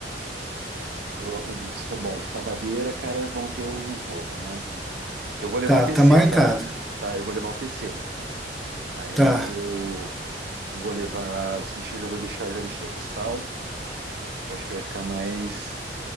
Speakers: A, on the right; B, in the centre.
A: eu, tá bom, sabadeira, cara, vão ter o jogo, né? Eu vou levar
B: tá,
A: o PC,
B: tá marcado.
A: tá? Tá, eu vou levar o PC. Aí eu
B: Tá,
A: não vou, não vou levar as fichas, já vou deixar, já deixei aqui salvo, que eu acho que vai ficar mais